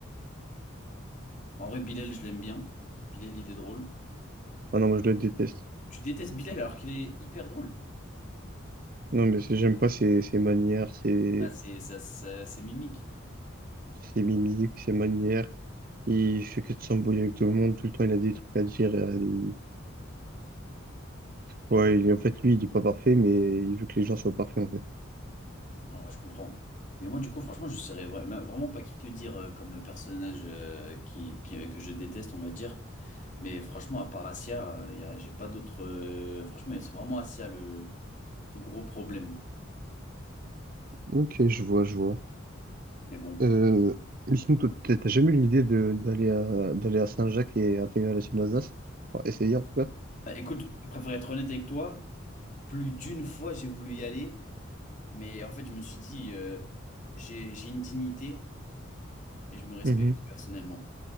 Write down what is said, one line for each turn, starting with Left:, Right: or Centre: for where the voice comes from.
Left: En vrai, Bilal, je l'aime bien. Bilal, il est drôle.
Right: Ah non, moi, je le déteste.
Left: Tu détestes Bilal alors qu'il est hyper drôle.
Right: Non, mais c'est- j'aime pas ses, ses manières, ses,
Left: Ah, c'est ça, ça- c'est mimique.
Right: ses mimiques, ses manières. Il fait que de s'embrouiller avec tout le monde, tout le temps il a des trucs à dire. et, euh, il- Ouais, il- est- en fait, lui, il est pas parfait, mais il veut que les gens soient parfaits, en fait.
Left: En vrai, je comprends. Mais moi, du coup, franchement, je serais vra- ma- vraiment pas qui te dire euh, comme personnage euh, qui, qui- euh, que je déteste, on va dire. Mais franchement, à part Asia, euh, y a- j'ai pas d'autres. euh, Franchement, c'est vraiment Asia le, le gros problème.
Right: Ok, je vois, je vois.
Left: Mais bon.
Right: Euh, mais sinon, toi, t'as t'as jamais eu l'idée de d'aller à d'aller à Saint-Jacques et intégrer la team d'Alsace? Enfin, essayer en tout cas.
Left: Bah, écoute, je préfère être honnête avec toi. Plus d'une fois, j'ai voulu y aller, mais en fait, je me suis dit, euh, j'ai, j'ai une dignité et je me respecte
Right: Mhm.
Left: personnellement.